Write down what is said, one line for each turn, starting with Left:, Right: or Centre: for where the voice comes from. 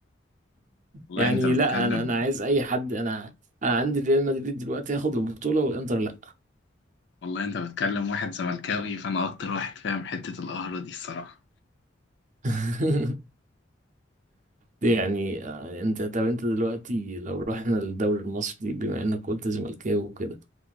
Left: والله
Right: يعني
Left: انت بتكلم
Right: لا انا انا عايز اي حد انا انا عندي ريال مدريد دلوقتي ياخد البطولة والانتر لا
Left: والله انت بتكلم واحد زملكاوي فانا اكتر واحد فاهم حتة القهرة دي الصراحة
Right: <laughs> دي يعني آه، انت طب انت دلوقتي لو رحنا للدوري المصري بما انك قلت زملكاوي وكده